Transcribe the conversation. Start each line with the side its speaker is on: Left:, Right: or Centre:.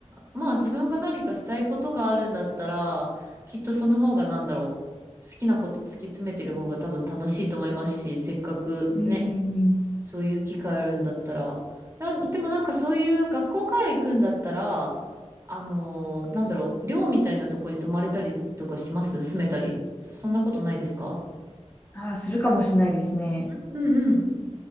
Right: まあ自分が何かしたいことがあるんだったら、きっとその方がなんだろう。好きなこと突き詰めてる方が多分楽しいと思いますし、せっかくね、
Left: うんうんうん。
Right: そういう機会あるんだったら。な、でもなんかそういう学校から行くんだったら、あのーなんだろう、寮みたいなとこに泊まれたりとかします住めたり。そんなことないですか
Left: ああ、するかもしれないですね。
Right: うんうんうん。